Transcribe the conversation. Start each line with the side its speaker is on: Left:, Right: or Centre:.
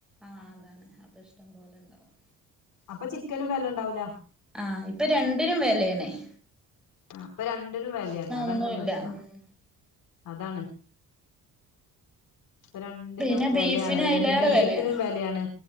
Centre: ആ അതാണ് അപ്പ ഇഷ്ടം പോലെ ഇണ്ടാവും
Left: അപ്പൊ ചിക്കനും വെല ഇണ്ടാവൂല
Centre: ആഹ് ഇപ്പൊ രണ്ടിനും വെലേണയ്
Left: ആ അപ്പൊ രണ്ടിനും വെലയാണ് അതാണ്ല്ല
Centre: ഒന്നുല്ല
Left: പ്രശ്നം
Centre: ഉം
Left: അതാണ് പ്പൊ രണ്ടിനും
Centre: പിന്നെ
Left: വെലയാണ്
Centre: ബീഫിന്
Left: ഇഞ്ഞി
Centre: അയിലേറെ
Left: ബീഫിനും
Centre: വെലേണ്
Left: വെലയാണ്